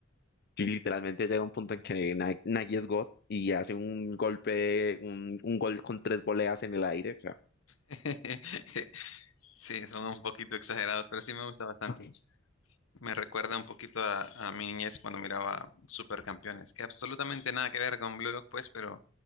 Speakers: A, on the left; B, on the left.
A: Sí, literalmente llega un punto en que Na- Nagy es God y hace un golpe, un, un gol con tres voleas en el aire. O sea,
B: <laughs> Sí, son un poquito exagerados, pero sí me gusta bastante.
A: Ay,
B: Me recuerda un poquito a, a mi niñez cuando miraba Supercampeones, que absolutamente nada que ver con Blue Lock, pues, pero